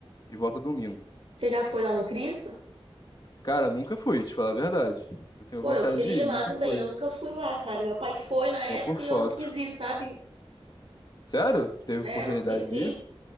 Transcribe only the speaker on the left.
e volta domingo.
Cara, nunca fui, te falar a verdade. Eu tenho
vontade
de ir,
nunca
fui.
Só
por
foto.
Sério? Teve
oportunidade
de ir?